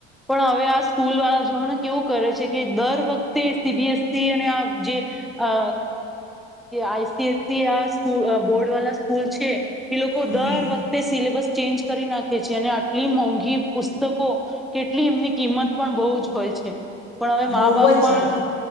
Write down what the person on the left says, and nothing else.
હમ
બહુ
જ